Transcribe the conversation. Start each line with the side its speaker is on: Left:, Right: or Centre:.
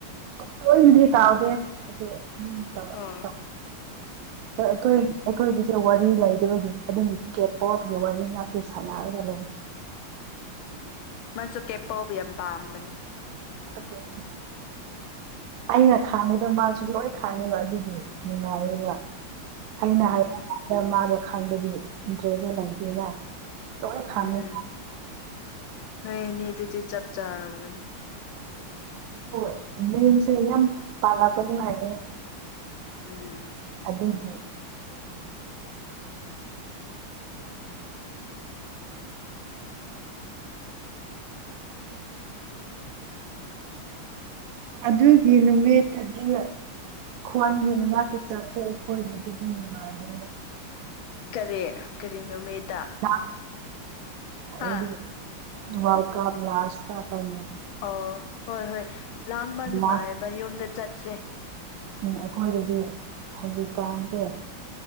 Right: ꯇ‌ꯣꯏꯅꯗꯤ ꯇꯥꯎꯗꯦ ꯑꯗꯣ ꯎꯝ
Left: <unintelligible>
Right: <inaudible> ꯑꯗꯣ ꯑꯩꯈꯣꯏ ꯑꯩꯈꯣꯏꯒꯤꯁꯨ ꯋꯥꯔꯤ ꯂꯩꯇꯕꯒꯤ ꯑꯗꯨꯝ ꯀꯦꯄ‌ꯣꯞꯀꯤ ꯋꯥꯔꯤ ꯉꯥꯇ ꯁꯥꯟꯅꯔꯒ ꯂꯩ
Left: ꯃꯥꯁꯨ ꯀꯦꯄꯣꯕ ꯌꯥꯝ ꯄꯥꯝꯕꯅꯤ
Right: <unintelligible> ꯑꯩꯅ ꯈꯥꯡꯕꯗ‌ꯣ ꯃꯥꯁꯨ ꯂꯣꯏ ꯈꯥꯡꯉꯦꯕ ꯑꯗꯨꯒꯤ ꯅꯨꯡꯉꯥꯏꯌꯦꯕ ꯑꯩꯅ
Left: ꯎꯝ
Right: ꯍꯥꯏ <inaudible> ꯗ ꯃꯥꯗꯣ ꯈꯪꯗꯔꯗꯤ ꯏꯟꯇꯔꯦꯁꯁꯨ ꯂꯩꯇꯦꯅ ꯂꯣꯏ ꯈꯥꯡꯉꯦ
Left: ꯎꯝ ꯅ‌ꯣꯏ ꯑꯅꯤꯗꯨꯗꯤ ꯆꯞ ꯆꯥꯔꯝꯒꯅꯤ
Right: ꯑꯗꯣ <unintelligible> ꯌꯥꯝ ꯇꯥꯜꯂꯛꯀꯅꯨ ꯍꯥꯏꯌ‌ꯦ
Left: ꯎꯝ
Right: ꯑꯗꯨꯒꯤ ꯑꯗꯨꯒꯤ ꯅꯨꯃꯤꯠ ꯇꯗꯤ ꯈꯣꯟꯒꯤ ꯃꯅꯥꯛꯇ ꯆꯠꯆꯩ ꯑꯩꯈꯣꯏꯒꯤ ꯑꯗꯨꯗꯤ ꯅꯨꯡꯉꯥꯏꯕꯅ‌ꯦ
Left: ꯀꯔꯤ ꯀꯔꯤ ꯅꯨꯃꯤꯠꯇ
Right: ꯂꯥꯝ ꯑꯩꯗꯤ
Left: ꯍꯥ
Right: ꯋꯥꯔꯜ ꯀꯞ ꯂꯥꯁꯇ ꯇꯧꯅꯤ
Left: ꯑꯣ ꯍꯣꯏ ꯍꯣꯏ ꯂꯥꯡꯕ ꯅꯨꯡꯉꯥꯏꯕ
Right: ꯂꯥꯟ
Left: ꯌꯨꯝꯗ ꯆꯠꯁꯦ
Right: ꯎꯝ ꯑꯩꯈꯣꯏꯗꯗꯤ ꯍꯧꯖꯤꯛꯀꯥꯟꯁꯦ